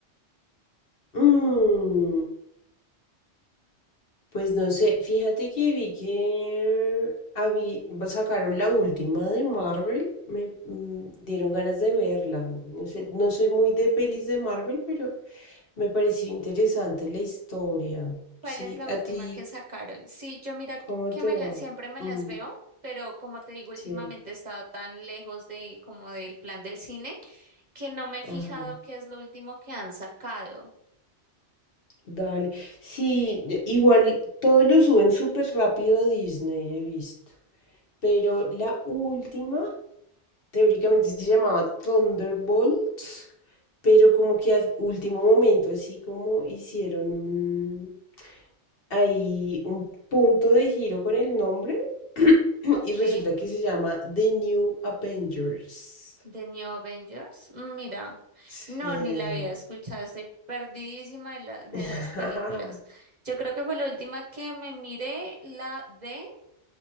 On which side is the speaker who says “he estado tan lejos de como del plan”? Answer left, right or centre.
Right